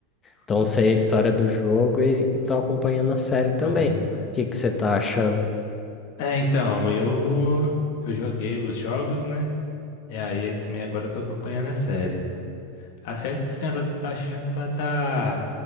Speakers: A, on the left (about 20°); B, on the left (about 60°).
A: Então sei a história do jogo e, e tô acompanhando a série
B: Tá acompanhando,
A: também.
B: né?
A: O que que você tá achando
B: É, então, eu eu joguei os jogos, né? E aí também agora eu tô acompanhando a série. A série, tipo assim, ela tá achando que ela tá